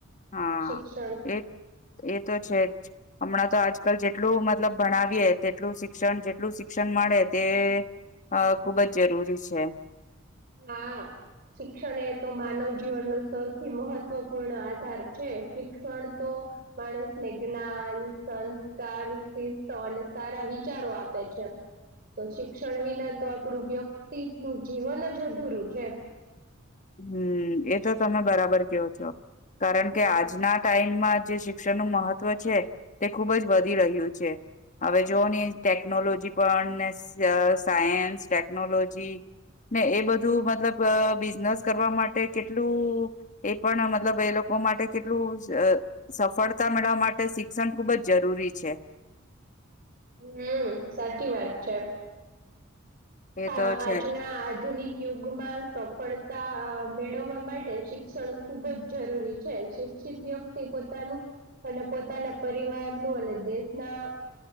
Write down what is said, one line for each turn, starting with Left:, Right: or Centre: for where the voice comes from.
Left: હા
Right: શિક્ષણ
Left: એ એ તો છે જ હમણાં તો આજકાલ જેટલું મતલબ ભણાવીએ તેટલું શિક્ષણ જેટલું શિક્ષણ મળે તે હા ખુબ જ જરૂરી છે
Right: હા આ શિક્ષણ એ તો માનવ જીવન નુ સૌથી મહત્વપૂર્ણ આધાર છે શિક્ષણ તો માણસને જ્ઞાન સંસ્કાર શિસ્ત અને સારા વિચારો આપે છે તો શિક્ષણ વિના તો આપણું વ્યક્તિ નું જીવન જ અધૂરું છે
Left: હમ એ તો તમે બરાબર કેવો છો કારણ કે
Right: હમ
Left: આજના ટાઈમમાં જે શિક્ષણનું હુ મહત્વ છે તે ખુબ જ વધી રહ્યું છે હવે જોઓ ને ટેકનોલોજી પણ ને સ સાયન્સ ટેકનોલોજી ને એ બધું મતલબ બિઝનેસ કરવા માટે કેટલું એ પણ મતલબ એ લોકો માટે કેટલું સફળતા મેળવવા માટે શિક્ષણ ખૂબ જ જરૂરી છે
Right: હમ સાચી વાત છે
Left: એ
Right: અ
Left: તો
Right: આજના
Left: છે
Right: આધુનિક યુગમાં સફળતાઆ મેળવવા માટે શિક્ષણ ખુબ જ જરૂરી છે શિક્ષિત વ્યક્તિ પોતાનું અને પોતાના પરિવારનુંુ અને દેશના